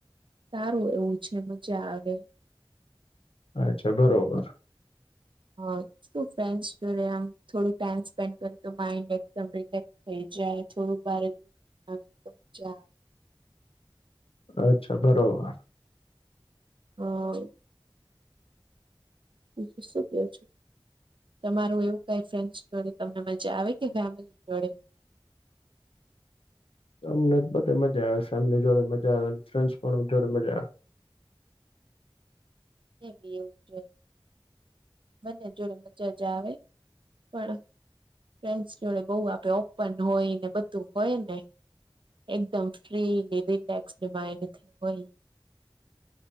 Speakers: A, on the right; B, on the left.
A: સારું એવું છે મજા આવે
B: અચ્છા બરોબર
A: હા તું ફ્રેન્ડ્સ જોડે આમ થોડો ટાઇમ સ્પેન્ડ કરે તો માઇન્ડ એકદમ રિલેક્સ થઈ જાય થોડુંક બારે આમ તો મજા આવે
B: અચ્છા બરોબર
A: હા બીજું શુ કેવો છો તમારું એવું કઈ ફ્રેન્ડ જોડે તમને મજા આવે કે ફેમિલી જોડે
B: અમને બધે મજા આવે ફેમિલી જોડે મજા આવે ફ્રેન્ડસ પણ જોડે મજા આવે
A: એ બી એવું જોઈએ મને જોઈ મજા જ આવે. પણ ફ્રેન્ડસ જોડે બોવ આપે ઓપન હોય ને બધું હોય ને એકદમ ફ્રીલી રિલેક્સ માઇન્ડ થી હોય.